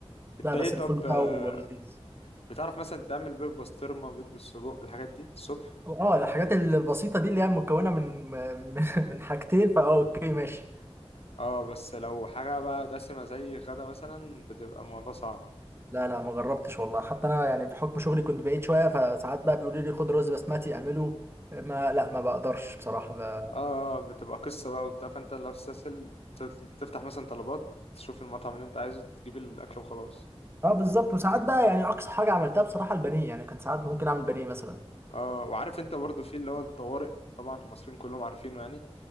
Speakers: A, on the left (about 70°); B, on the right (about 25°).
A: انت
B: لا
A: ايه
B: بس
A: طب
B: الفول بتاعه
A: آه،
B: لذيذ
A: بتعرف مثلا تعمل بيض بسطرمة بيض بالسجق الحاجات دي الصبح
B: اه الحاجات البسيطه دي اللي هي مكونه من من <laughs> من حاجتين فاه اوكي ماشي
A: اه بس لو حاجة بقى دسمة زي غدا مثلا بتبقى الموضوع صعب
B: لا لا ما جربتش والله حتى انا يعني بحكم شغلي كنت بعيد شويه فساعات بقى بيقولوا لي خد رز بسمتي اعمله ما لا ما بقدرش بصراحه ب...
A: اه آه، بتبقى قصة بقى وبتاع فانت لو تستسهل تت- تفتح مثلا طلبات تشوف المطعم اللي انت عايزه تجيب الاكل وخلاص
B: اه بالظبط وساعات بقى يعني اقصى حاجه عملتها بصراحه البانيه يعني كان ساعات ممكن اعمل بانيه مثلا
A: اه وعارف انت برضو في اللي هو الطوارئ طبعا المصريين كلهم عارفينه يعني